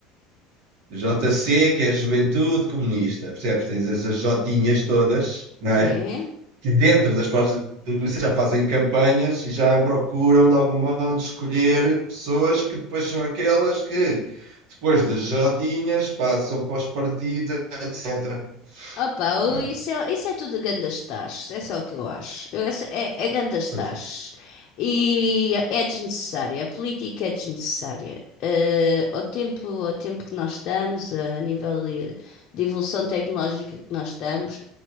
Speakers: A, on the right; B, on the left.
A: JC, que é a Juventude Comunista, percebes? Tens as jotinhas todas, não
B: sim.
A: é? Que dentro das próprias universidades já fazem campanhas e já procuram, de algum modo, escolher pessoas que depois são aquelas que, depois das jotinhas, passam para os partidos, etc.
B: Opa, o-
A: Não é?
B: isso é, isso é tudo gandas tachos, é só o que eu acho. Eu, essa- é, é gandas
A: Pois
B: tachos.
A: é.
B: E é desnecessária, a política é desnecessária. Eh, ao tempo, ao tempo que nós estamos, a nível de, de evolução tecnológica que nós estamos,